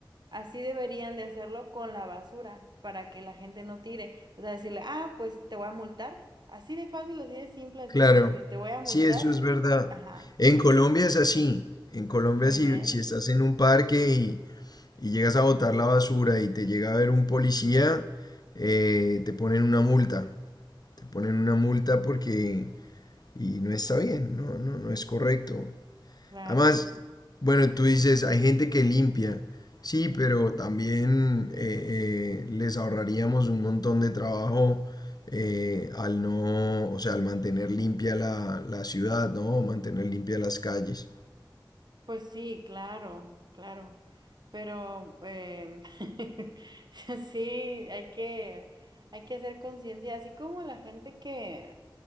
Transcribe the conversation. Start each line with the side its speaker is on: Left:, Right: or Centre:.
Right: así deberían de hacerlo con la basura para que la gente no tire. O sea, decirle, ah, pues te voy a multar. Así de fácil, así de simple, así
Left: Claro,
Right: de sencillo. Te voy a multar.
Left: sí, eso es verdad.
Right: Ajá,
Left: En Colombia es así. En Colombia
Right: muy
Left: si,
Right: bien,
Left: si estás en un parque y, y llegas a botar la basura y te llega a ver un policía, eh, te ponen una multa. Te ponen una multa porque... Y no está bien, no, no, no es correcto.
Right: claro.
Left: Además, bueno, tú dices, hay gente que limpia, sí, pero también eh, eh, les ahorraríamos un montón de trabajo eh, al no, o sea, al mantener limpia la, la ciudad, ¿no? Mantener limpia las calles.
Right: Pues sí, claro, claro. Pero em, <laughs> sí, hay que, hay que hacer conciencia, así como la gente que